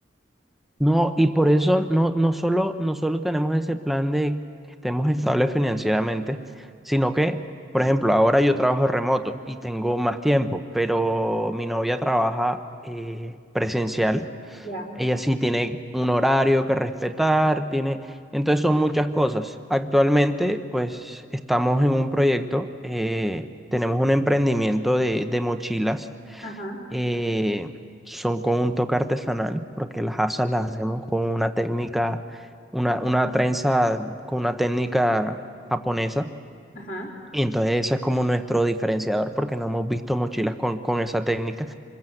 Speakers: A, in the centre; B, on the left.
A: No, y por eso no, no solo, no solo tenemos ese plan de que estemos estables financieramente, sino que, por ejemplo, ahora yo trabajo remoto y tengo más tiempo, pero mi novia trabaja eh, presencial.
B: Ya,
A: Ella sí tiene un horario que respetar, tiene... Entonces son muchas cosas. Actualmente, pues estamos en un proyecto, eh, tenemos un emprendimiento de, de mochilas
B: ajá,
A: eh, son con un toque artesanal, porque las asas las hacemos con una técnica, una, una trenza con una técnica japonesa.
B: ajá,
A: Y entonces ese es como nuestro diferenciador, porque no hemos visto mochilas con, con esa técnica.